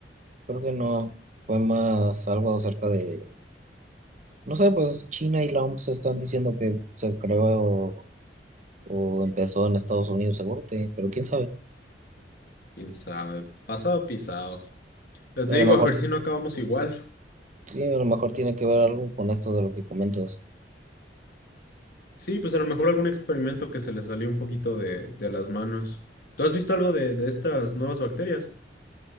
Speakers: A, on the right; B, on the left.
A: Creo que no, fue más algo acerca de, no sé, pues China y la OMS están diciendo que se creó o, empezó en Estados Unidos, seguro, te- pero quién sabe.
B: Quién sabe, pasado pisado. Ya te
A: A
B: digo,
A: lo mejor,
B: a ver si no acabamos igual.
A: sí, a lo mejor tiene que ver algo con esto de lo que comentas.
B: Sí, pues a lo mejor algún experimento que se le salió un poquito de, de las manos. ¿Tú has visto algo de, de estas nuevas bacterias?